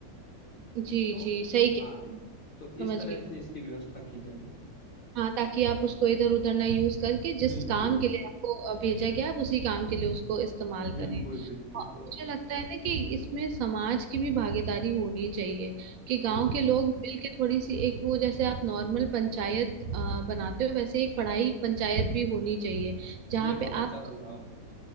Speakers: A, on the right; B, on the left.
A: जी
B: तो
A: जी सही
B: हाँ
A: कह रहे हैं
B: तो
A: समझ
B: इस तरह
A: गई
B: से इसकी व्यवस्था की जाएगी
A: हाँ ताकि आप उसको इधर उधर ना यूज करके जिस
B: बिल्कुल
A: काम के लिए आपको अ, भेजा गया आप उसी काम के लिए उसको इस्तेमाल
B: बिल्कुल
A: करें
B: बिल्कुल
A: और
B: तो
A: मुझे लगता है ना कि इसमें समाज की भी भागीदारी होनी चाहिए कि गांव
B: बिल्कुल
A: के लोग मिलके थोड़ी सी एक वो जैसे आप नॉर्मल पंचायत अ, बनाते हो वैसे एक पढ़ाई पंचायत भी होनी चाहिए जहाँ
B: ये
A: पे
B: बहुत अच्छा
A: आप
B: सुझाव है